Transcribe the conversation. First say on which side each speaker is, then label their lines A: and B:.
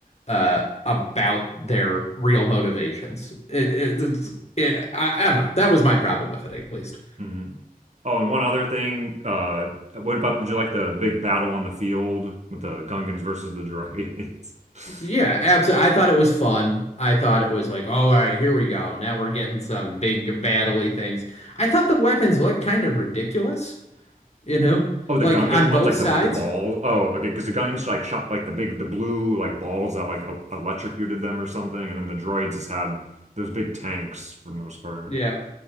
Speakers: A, on the left; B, on the right.
A: uh, about their real motivations. It, it, it's- it- I, I don't know. That was my problem with it, at least.
B: <laughs> Oh, and one other thing, uh, what about, did you like the big battle on the field with the Gungans versus the droids? <laughs>
A: Yeah, absolutely. I thought it was fun. I thought it was like, oh, all right, here we go. Now we're getting some big battle-y things. I thought the weapons looked kind of ridiculous, you know,
B: Oh, the
A: like
B: Gungan
A: on
B: ones,
A: both
B: like
A: sides.
B: the the ball. Oh, okay, because the Gungans like shot like the big, the blue like balls that like el- electrocuted them or something, and then the droids just had those big tanks for the most part.
A: Yeah.